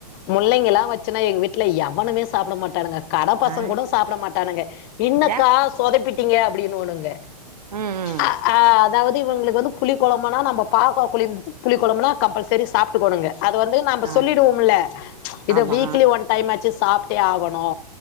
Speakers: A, on the left; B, on the right.
A: முள்ளங்கி எல்லா வச்சுன்னா எங்க வீட்ல எவனுமே சாப்பிட மாட்டானுங்க கட பசங்க
B: ஆ
A: கூட சாப்பிட மாட்டானுங்க இன்னக்கா
B: ஏ
A: சொதப்பிட்டீங்க அப்டின்னுவானுங்க
B: ம் ம்
A: அ ஆ அதாவது இவங்களுக்கு வந்து புளி கொழம்பனா நம்ப பாவக்கா புளிம் புளி கொழம்புனா கம்பல்சரி சாப்ட்டுக்குவானுங்க அத வந்து நம்ப
B: ஆ
A: சொல்லிடுவோம்ல ம்ச் இத
B: ஆமா
A: வீக்லி ஒன் டைம்மாச்சு சாப்ட்டே ஆகணு